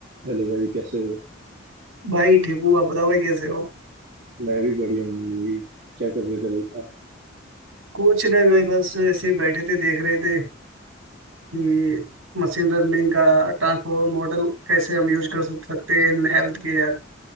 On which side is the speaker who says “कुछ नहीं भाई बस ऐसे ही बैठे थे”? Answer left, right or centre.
Right